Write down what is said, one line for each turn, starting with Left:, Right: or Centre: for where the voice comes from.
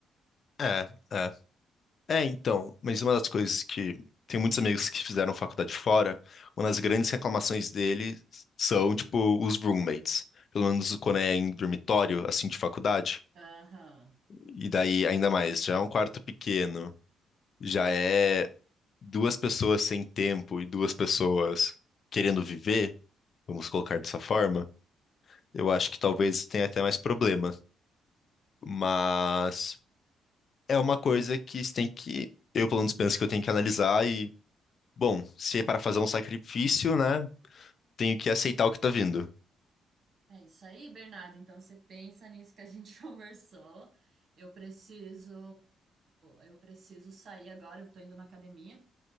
Left: É, é. É, então, mas uma das coisas que tem muitos amigos que fizeram faculdade fora, uma das grandes reclamações deles são, tipo, os roommates. Pelo menos quando é em dormitório, assim, de faculdade.
Right: Aham.
Left: E daí, ainda mais, já é um quarto pequeno, já é duas pessoas sem tempo e duas pessoas querendo viver, vamos colocar dessa forma. Eu acho que talvez tenha até mais problema. Mas é uma coisa que você tem que. Eu, pelo menos, penso que eu tenho que analisar Bom, se é para fazer um sacrifício, né? Tenho que aceitar o que tá vindo.
Right: É isso aí, Bernardo. Então você pensa nisso que a gente <laughs> conversou. Eu preciso, eu preciso sair agora, eu tô indo na academia,